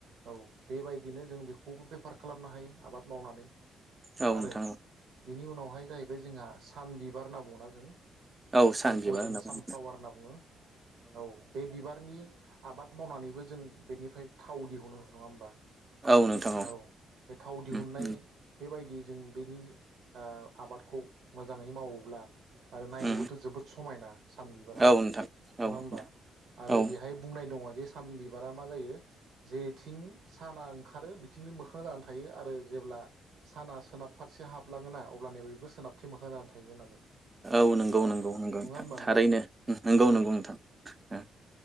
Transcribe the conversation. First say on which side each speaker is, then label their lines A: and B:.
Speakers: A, on the right; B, on the right.
A: औ बेबायदिनो जों बेख खौबो बेफार खालामनो हायो आबाद मावनानै।
B: औ
A: आरो
B: नोंथां
A: बिनि उनाव बेवहाय जाहैबाय जोंहा सान बिबार होनना बुङोना जों
B: औ सान
A: जायखौ
B: बिबार
A: जों
B: होनना बुङो
A: सानफ्लावार होनना बुङो औ बे बिबारनि आबाद मावनानैबो जों बेनिफ्राय थाव दिहुनो नङा होमबा,
B: औ नोंथां
A: औ बे थाव दिहुननाय
B: उम उम
A: बेबायदि जों बेनि ओ आबादखौ मोजाङै मावोब्ला, आरो नायनोबोथ'
B: उम
A: जोबोद स समायना सान बिबारा
B: औ नोंथां
A: नङा
B: औ
A: होमबा आरो
B: औ
A: बेहाय बुंनाय दङ जे सान बिबारा मा जायो जेथिं साना ओंखारो बिथिंनो मोखां जानानै थायो आरो जेब्ला साना सोनाब फारसे हाबलाङोना अब्लानो बेबो सोनाबथिं मोखां जानानै थायो होननानै
B: औ नंगौ
A: बिबारा
B: नंगौ नंगौ
A: नङा
B: नोंथां
A: होमबा
B: थारैनो नंगौ
A: औ
B: नंगौ नोंथां